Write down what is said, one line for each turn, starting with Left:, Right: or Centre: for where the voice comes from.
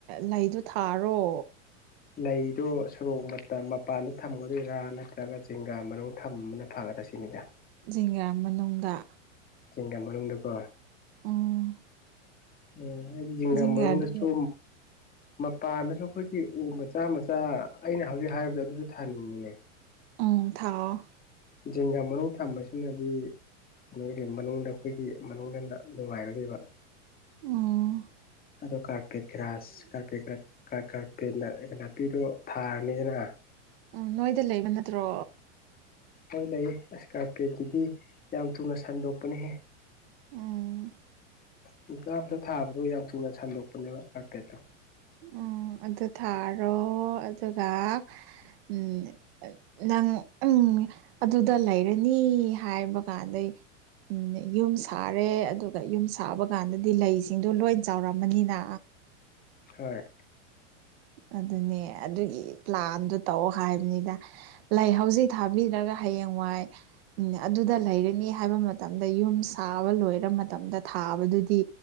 Right: ꯂꯩꯗꯨ ꯊꯥꯔꯣ
Left: ꯂꯩꯗꯣ ꯁꯣꯔꯣꯛ ꯃꯄꯥꯟꯗ ꯊꯝꯒꯗꯣꯏꯔꯥ ꯅꯠꯇ꯭ꯔꯒ ꯆꯤꯡꯒꯥ ꯃꯔ ꯊꯅ ꯐꯒꯗ꯭ꯔꯥ ꯇꯁꯤꯅꯤꯗ
Right: ꯖꯤꯡꯒ꯭ꯔ ꯃꯅꯨꯡꯗ
Left: ꯆꯦꯡꯒ ꯃꯅꯨꯡꯗꯀꯣ
Right: ꯎꯝ
Left: ꯎ ꯍꯥꯏꯗꯤ ꯖꯤꯡꯒꯥꯝ
Right: ꯖꯤꯡꯒꯔꯗꯨ
Left: ꯃꯅꯨꯡꯗꯁꯨ ꯃꯄꯥꯟꯗꯁꯨ ꯑꯩꯈꯣꯏꯒꯤ ꯎ ꯃꯆꯥ ꯃꯆꯥ ꯑꯩꯅ ꯍꯧꯖꯤꯛ ꯍꯥꯏꯔꯤꯕꯗ ꯑꯗꯨꯁꯨ ꯊꯥꯅꯤꯡꯉꯤꯅꯦ
Right: ꯎꯝ ꯊꯥꯎꯑꯣ
Left: ꯖꯦꯡꯒꯥ ꯃꯅꯨꯡ ꯊꯝꯕꯁꯤꯅꯗꯤ ꯀꯩꯅꯣꯒꯤ ꯃꯅꯨꯡꯗ ꯑꯩꯈꯣꯏꯒꯤ ꯃꯅꯨꯡꯗꯅ ꯅꯨꯡꯉꯥꯏꯔꯔꯤꯕ
Right: ꯑꯣ
Left: ꯑꯗꯣ ꯀꯥꯔꯄꯦꯠ ꯭ꯔꯥꯁ ꯀꯥꯔꯄꯦꯠ꯭ꯔꯥꯁ ꯀꯔꯄꯠ ꯅꯥꯄꯤꯗꯣ ꯊꯥꯔꯅꯤꯗꯅ
Right: ꯎꯝ ꯅꯣꯏꯗ ꯂꯩꯕ ꯅꯠꯇ꯭ꯔꯣ
Left: ꯍꯣꯏ ꯂꯩ ꯏꯁꯀꯥꯔꯄꯤꯌꯒꯤꯗꯤ ꯌꯥꯝ ꯊꯨꯅ ꯁꯟꯗꯣꯛꯄꯅꯤꯍꯦ
Right: ꯎꯝ
Left: ꯅꯨꯆꯥ ꯑꯃꯝꯇ ꯊꯥꯕꯗꯣ ꯌꯥꯝ ꯊꯨꯅ ꯁꯟꯗꯣꯛꯄꯅꯦꯕ ꯀꯥꯔꯄꯦꯠꯇꯣ
Right: ꯎꯝ ꯑꯗꯨ ꯊꯥꯔꯣ ꯑꯗꯨꯒ ꯎꯝ ꯅꯪ ꯎꯝ ꯑꯗꯨꯗ ꯂꯩꯔꯅꯤ ꯍꯥꯏꯕ ꯀꯥꯟꯗꯩ ꯎꯝ ꯌꯨꯝ ꯁꯥꯔꯦ ꯑꯗꯨꯒ ꯌꯨꯝ ꯁꯥꯕ ꯀꯥꯟꯗꯗꯤ ꯂꯩꯁꯤꯡꯗꯣ ꯂꯣꯏ ꯆꯥꯎꯔꯝꯃꯅꯤꯅ
Left: ꯍꯣꯏ
Right: ꯑꯗꯨꯅꯦ ꯑꯗꯨꯒꯤ ꯄ꯭ꯂꯥꯟꯗꯨ ꯇꯧꯑꯣ ꯍꯥꯏꯕꯅꯤꯗ ꯂꯩ ꯍꯧꯖꯤꯛ ꯊꯥꯕꯤꯔꯒ ꯍꯌꯦꯡ ꯋꯥꯏ ꯑꯗꯨꯗ ꯂꯩꯔꯅꯤ ꯍꯥꯏꯕ ꯃꯇꯝꯗ ꯌꯨꯝ ꯁꯥꯕ ꯂꯣꯏꯔ ꯃꯇꯝꯗ ꯊꯥꯕꯗꯨꯗꯤ